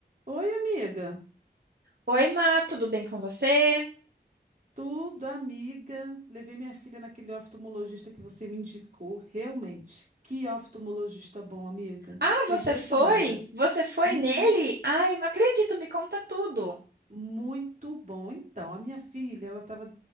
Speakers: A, on the right (about 45°); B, on the right (about 65°).
A: Oi, amiga.
B: Oi, Má, tudo bem com você?
A: Tudo, amiga. Levei minha filha naquele oftalmologista que você me indicou. Realmente, que oftalmologista bom, amiga.
B: Ah,
A: Tô
B: você
A: impressionada.
B: foi? Você foi
A: Uhum,
B: nele? Ah, eu não acredito, me conta tudo.
A: muito bom. Então, a minha filha, ela tava,